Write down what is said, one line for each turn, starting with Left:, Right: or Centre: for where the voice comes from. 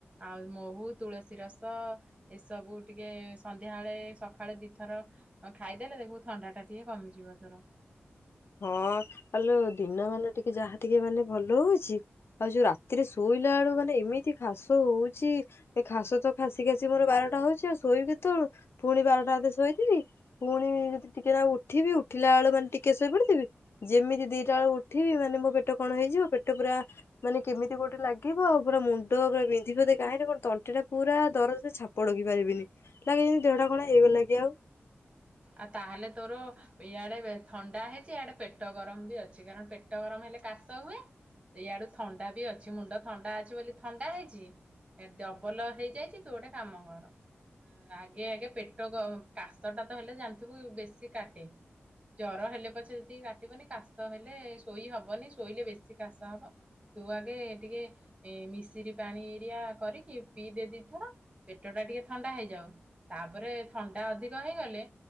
Right: ଆଉ ମହୁ ତୁଳସୀ ରସ ଏସବୁ ଟିକେ ସନ୍ଧ୍ୟାବେଳେ ସକାଳେ ଦିଥର ଖାଇଦେଲେ ଦେଖୁ ଥଣ୍ଡା ଟା ଟିକେ କମିଯିବ ତୋର
Left: ହଁ ହଲୋ ଦିନ ମାନେ ଟିକେ ଯାହା ଟିକେ ମାନେ ଭଲ ହଉଛି ଆଉ ଯୋଉ ରାତିରେ ଶୋଇଲା ବେଳୁ ମାନେ ଏମିତି କାସ ହଉଛି ଏ ଖାସ ତ ଖାସି ଖାସି ମୋର ବାରଟା ହଉଛି ଆଉ ଶୋଇବି କେତେବେଳୁ ପୁଣି ବାରଟା ବେ ଶୋଇଥବି ପୁଣି ଯଦି ଟିକେ ନା ଉଠିବି ଉଠିଲା ବେଳ ମାନେ ଟିକେ ଶୋଇପଡେ ଯେମିତି ଦିଟା ବେଳୁ ଉଠିବି ମାନେ ମୋ ପେଟ କଣ ହେଇଯିବ ପେଟ ପୁରା ମାନେ କେମିତି ଗୋଟେ ଲାଗିବ ଆଉ ପୁରା ମୁଣ୍ଡ ପୁରା ବିନ୍ଧିବ ଯେ କାହିଁକି କଣ ତଣ୍ଟି ଟା ପୁରା ଦରଜ ଛା ପ ଡକି ପାରିବିନି ଲାଗିବ ଯେମିତି ଦେହଟା କଣ ହେଇଗଲା କି ଆଉ।
Right: ଆଉ ତାହେଲେ ତୋର ଇଆଡେ ଥଣ୍ଡା ହେଇଛି ଇଆଡେ ପେଟ ଗରମ ବି ଅଛି କାରଣ ପେଟ ଗରମ ହେଲେ କାଶ ହୁଏ। ୟିଆଡୁ ଥଣ୍ଡା ବି ଅଛି ମୁଣ୍ଡ ଥଣ୍ଡା ଅଛି ବୋଲି ଥଣ୍ଡା ହେଇଛି ଏ ଡବଲ ହେଇଯାଇଛି ତୁ ଗୋଟେ କାମ କର ଆଗେ ଆଗେ ପେଟ କାଶ ଟା ତ ହେଲେ ଜାଣିଥିବୁ ବେଶୀ କାଟେ ଜର ହେଲେ ପଛେ ଯେତିକି କାଟିବନି କାଶ ହେଲେ ଶୋଇ ହବନି ଶୋଇଲେ ବେଶୀ କାଶ ହବ। ତୁ ଆଗେ ଟିକେ ଏ ମିଶ ସିରି ପାଣି ହେରିଆ କରିକି ପିଇ ଦେ ଦିଥର ପେଟ ଟା ଟିକେ ଥଣ୍ଡା ହେଇଯାଉ ତାପରେ ଥଣ୍ଡା ଅଧିକ ହେଇଗଲେ